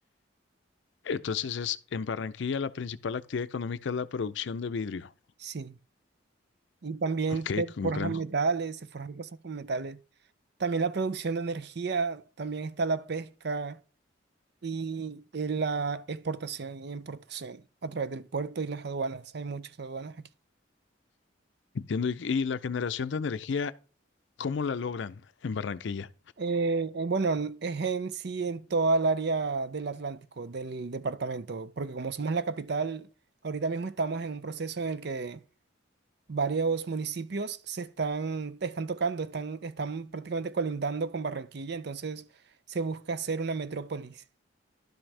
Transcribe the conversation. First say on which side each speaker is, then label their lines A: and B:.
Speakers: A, on the left; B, on the right.
A: Entonces es en Barranquilla la principal actividad económica es la producción de vidrio.
B: Sí. Y también
A: Ok,
B: se
A: comprendo.
B: forjan metales, se forjan cosas con metales. También la producción de energía, también está la pesca y eh, la exportación y importación a través del puerto y las aduanas. Hay muchas aduanas aquí.
A: Entiendo. Y, y la generación de energía ¿Cómo la logran en Barranquilla?
B: Eh, eh, bueno, n- es en sí en toda el área del Atlántico, del departamento, porque como somos la capital, ahorita mismo estamos en un proceso en el que varios municipios se están, te están tocando, están, están prácticamente colindando con Barranquilla, entonces se busca hacer una metrópolis.